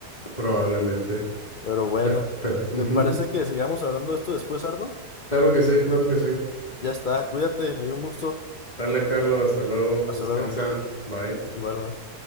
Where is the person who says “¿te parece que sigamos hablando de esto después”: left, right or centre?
Left